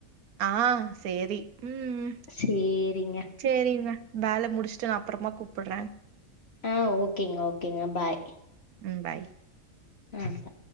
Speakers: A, on the right (about 85°); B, on the left (about 45°).
A: ஆஹ் சேரி உம்
B: சேரிங்க
A: சரிங்க வேலை முடிச்சு நான் அப்புறமா கூப்பிடுறேன்
B: ஆஹ் ஓகேங்க ஓகேங்க பாய்.
A: ம் பாய்
B: வேண்டா